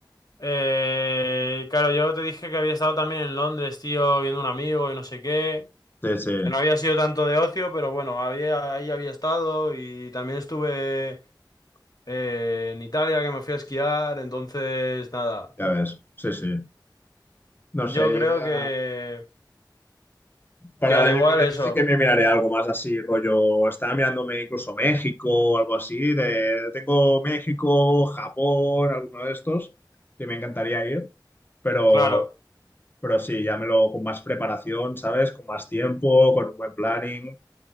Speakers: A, on the left (about 55°); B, on the left (about 25°).
A: Eh, claro, yo te dije que había estado también en Londres, tío, viendo un amigo y no sé qué,
B: Sí, sí,
A: que no había sido tanto de ocio, pero bueno, había, ahí había estado y también estuve eh, en Italia, que me fui a esquiar, entonces nada,
B: ya ves. Sí, sí. No
A: yo
B: sé,
A: creo
B: yo ya
A: que,
B: para
A: que al
B: el
A: igual
B: año que viene
A: eso,
B: sí que me miraré algo más así, rollo. Estaba mirándome incluso México o algo así. De... Tengo México, Japón, alguno de estos que me encantaría ir. Pero,
A: claro.
B: pero sí, ya me lo con más preparación, ¿sabes? Con más tiempo, con un buen planning